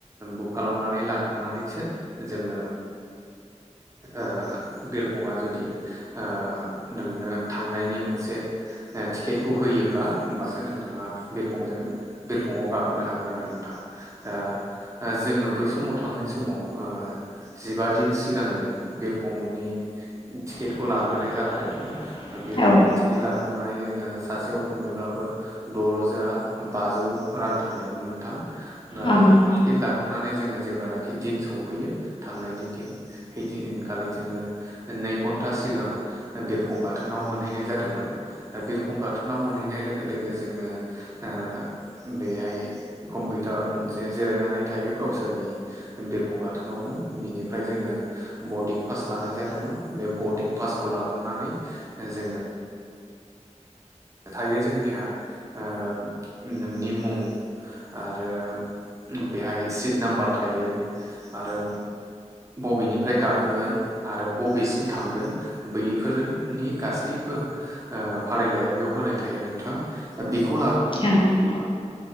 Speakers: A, on the right; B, on the left.
A: बुक खालामनानै लाखांनानैसो जोङो ओ बिरखंआ जुदि ओ नोंनो थांनायनि मोनसे टिकेटखौ होयोब्ला होमबासो नोंथाङा बिरखंजों बिरखंआव गाखोनो हागोन आरो नोंथां ओ दा जोङो बै समाव थांनाय समाव ओ जिबा दिन सिगांनो बिरखंनि टिकेटखौ
B: मिथियैखौ
A: लाग्रोनाय जाखादोंमोन
B: जानानै
A: बिरखंनि
B: औ लाग्रोनानै जोङो बेनि सोमोन्दै गुबुन औ
A: टिकेट लाखांनानै जोङो सासेयाव खमैब्लाबो द रोजा बाजौ रां थांदोंमोन नोंथां ओ
B: बेखौ लानानै जों गोरोबसिन गाखोहैनो हायो आरो
A: टगकिट लाखांनानै जोङो जेब्लानाखि दिन सफैयो थांनायनि दिन हैदिनखालि जोङो नै घन्टा सिगां बिरखं गाथोनाव मोनहैनाय जादोंमोन दा बिरखं गाथोनाव मोनहैनाय लोगो लोगो जोङो ओ बेहाय कम्पिउटार मोनसे जिरायनानै थायो गावसोरनि बिरखं गाथोनावनो बिनिफ्राय जोङो बरदिं पास लानाय जादोंमोन बे बरदिं पासखौ लाखांनानै जोङो थायो जोंनिया नोंनि मुं आरो बेहाय सिट नाम्बार थायो आरो बबेनिफ्राय गाखोगोन आरो बबेसिम थांगोन बैयैफोरनि गासैबो ओ फारिलाइआ बेयाव होनाय थायो नोंथां दा बेखौ लानानै
B: औ